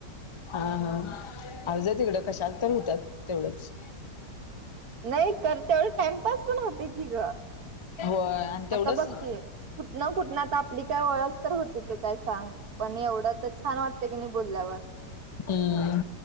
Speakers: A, on the left; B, on the right.
A: हा हा अज तिकडं कशाल तर होतात तेवढंच.
B: नाही कर तेवढ टाइमपास पण होते की ग.
A: होय आणि तेवढंच
B: आता बघ की कुठन कुठन त आपली काय ओळख तर होती की काय सांग, पण एवढं तर छान वाटत की नाही बोलल्यावर.
A: हम्म